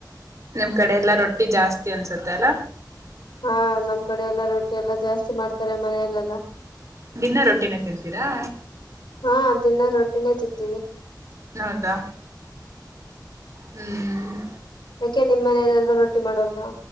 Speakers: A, on the right; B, on the left.
A: ನಿಮ್ ಕಡೆ ಎಲ್ಲಾ ರೊಟ್ಟಿ ಜಾಸ್ತಿ ಅನ್ಸುತ್ತೆ ಅಲ್ಲ.
B: ಹಾ ನಮ್ ಕಡೆ ಎಲ್ಲ ರೊಟ್ಟಿ ಎಲ್ಲಾ ಜಾಸ್ತಿ ಮಾಡ್ತಾರೆ ಮನೆಯಲ್ಲೆಲ್ಲ.
A: ದಿನ್ನಾ ರೊಟ್ಟಿನೇ ತಿನ್ಂತೀರಾ.
B: ಹಾ ದಿನ್ನಾ ರೋಟ್ಟಿನೇ ತಿತ್ತೀವಿ.
A: ಹೌದಾ ಹ್ಮ್
B: ಕೆ ನಿಮ್ ಮನೆಲೆಲ್ರು ರೋಟಿ ಮಾಡಲ್ವಾ.